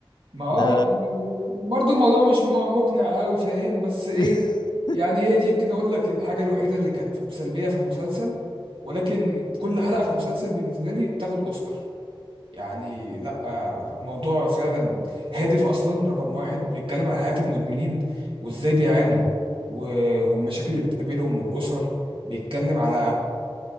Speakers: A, on the right; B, on the left.
A: ما اه
B: ده
A: يعني برضو الموضوع مش م- مقنع قوي فاهم بس ايه
B: <laughs>
A: يعني هي دي يمكن اقول لك الحاجه الوحيده اللي كانت سلبيه في المسلسل ولكن كل حلقه في المسلسل بالنسبه لي تاخد اوسكار يعني لا الموضوع فعلا هادف اصلا رقم واحد بيتكلم عن حياة المدمنين وازاي بيعانوا
B: مم.
A: و- والمشاكل اللي بتقابلهم والاسر بيتكلم على